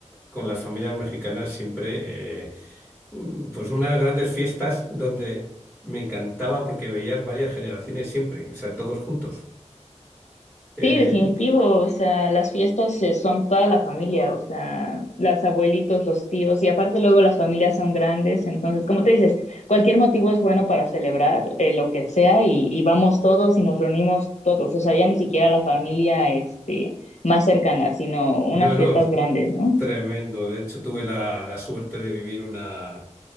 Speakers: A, in the centre; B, on the left (about 70°).
A: con las familias mexicanas siempre eh, mm, pues unas grandes fiestas donde me encantaba porque veías varias generaciones siempre, o sea, todos juntos. Eh,
B: Sí, definitivo, o sea, las fiestas eh, son toda la familia, o sea, las abuelitos, los tíos, y aparte luego las familias son grandes, entonces, como te dices, cualquier motivo es bueno para celebrar eh, lo que sea y, y vamos todos y nos reunimos todos, o sea, ya ni siquiera la familia este, más cercana, sino unas
A: no, no.
B: fiestas grandes, ¿no?
A: Tremendo. De hecho, tuve la, la suerte de vivir una,